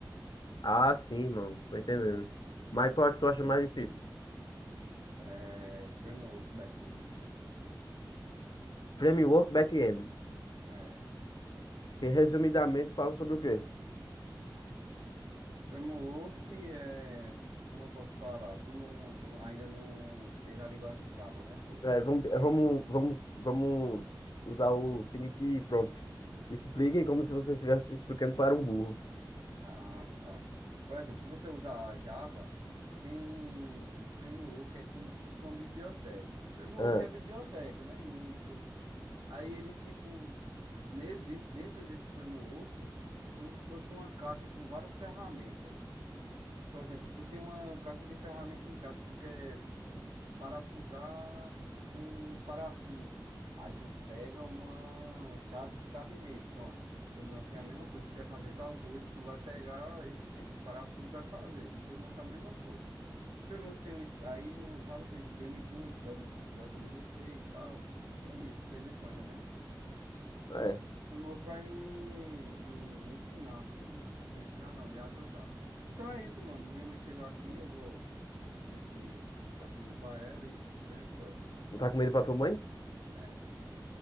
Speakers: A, on the left; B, on the right.
A: Ah, sim, mano. Tô entendendo. Mas qual é que tu acha mais difícil?
B: Eh, framework back-end.
A: Framework back-end.
B: É.
A: Que resumidamente fala sobre o quê?
B: Framework é, como eu posso falar, tu não, tu não- ainda não teve a linguagem Java, né, tu?
A: É, vamos, vamos, vamos, vamos usar o seguinte prompt. Explique como se você estivesse explicando para um burro.
B: Ah, tá. Por exemplo, se você usar Java, tem o framework, é como se fosse uma biblioteca. Framework
A: Ah,
B: é biblioteca, né? No inglês. Aí ele, tipo, ne- de- dentro desse framework, é como se fosse uma caixa com várias ferramentas. Por exemplo, tu tem uma caixa de ferramenta em casa, tu quer parafusar um parafuso. Aí tu pega uma chave que cabe nele. Pronto. Framework é a mesma coisa. Tu quer fazer tal coisa, tu vai pegar esse, esse parafuso e vai fazer. No framework é a mesma coisa. O framework tem um, es- aí no Java tem o Spring Boot, J- JDBC e tal. E é isso, entendeu? Mais ou menos. O
A: é.
B: framework vai lhe, lhe ensinar, assim. Lhe ensinar não, lhe ajudar. Então é isso, mano. Minha mãe chegou aqui, eu vou ter que botar comida pra ela e depois a gente conversa.
A: Botar comida pra tua mãe?
B: É.